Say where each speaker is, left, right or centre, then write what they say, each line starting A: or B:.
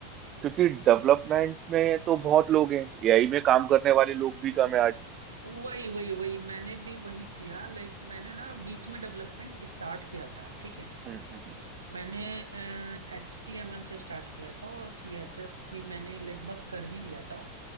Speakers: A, on the right; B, on the right.
A: क्योंकि डेवलपमेंट में तो बहुत लोग हैं एआई में काम करने वाले लोग भी कम है आज
B: वही वही वही मैंने भी वही किया लाइक मैंने ना बीच में डेवलपमेंट स्टार्ट किया था ठीक है
A: हम्म हम्म हम्म,
B: मैंने एच टी एम एल से स्टार्ट किया था और सी एस एस भी मैंने लगभग कर ही लिया था